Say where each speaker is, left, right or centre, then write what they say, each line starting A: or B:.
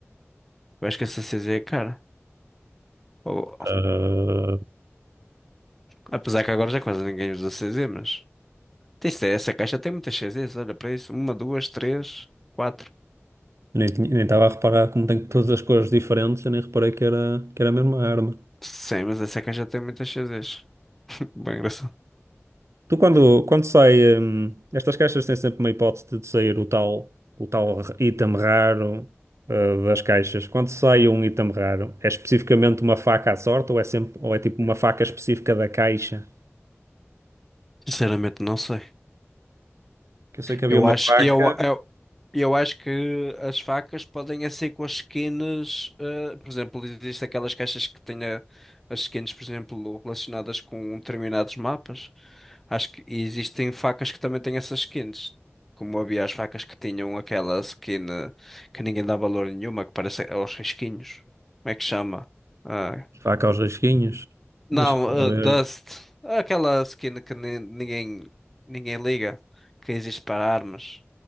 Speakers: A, in the centre; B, on the right.
A: Eu acho que essa CZ é cara. Ou-
B: Ah,
A: apesar que agora já quase ninguém usa CZ, mas. Isto é, essa caixa tem muitas CZs, olha para isso. Uma, duas, três, quatro.
B: nem tinha- nem estava a reparar como tem todas as cores diferentes. Eu nem reparei que era, que era a mesma arma.
A: Sim, mas essa caixa tem muitas CZs. <laughs> Bem engraçado.
B: Tu quando, quando sai, hum, estas caixas têm sempre uma hipótese de sair o tal, o tal item raro, eh, das caixas. Quando sai um item raro, é especificamente uma faca à sorte ou é sempre, ou é tipo uma faca específica da caixa?
A: Sinceramente, não sei.
B: Que eu sei que havia
A: Eu
B: uma
A: acho,
B: faca,
A: eu, eu, eu acho que as facas podem é ser com as skins. eh, por exemplo, existem aquelas caixas que têm a- as skins, por exemplo, relacionadas com determinados mapas. Acho que e existem facas que também têm essas skins. Como havia as facas que tinham aquela skin eh, que ninguém dá valor nenhuma, que parece aos risquinhos. Como é que chama? Ah,
B: faca aos risquinhos,
A: Não,
B: deixa-me ver,
A: uh, Dust. Aquela skin que ni- ninguém, ninguém liga. Que existe para armas.